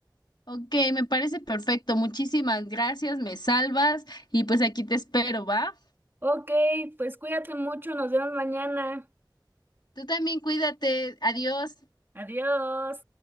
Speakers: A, on the left; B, on the right.
A: Ok, me parece perfecto. Muchísimas gracias, me salvas y pues aquí te espero, ¿va?
B: Ok, pues cuídate mucho, nos vemos mañana.
A: Tú también cuídate. Adiós.
B: Adiós.